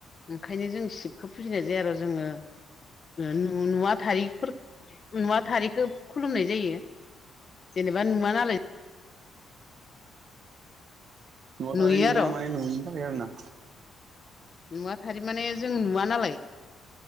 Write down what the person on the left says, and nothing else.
ओंखायनो जों शिबखौ फुजिनाय जाया आरो जोङो नु-नुवा नुवा थारिख नुवा थारिखखौ खुलुमनाय जायो। जेनेबा नुवा नालाय
नुयो
आरो
नुवाथारि माने जों नुवा नालाय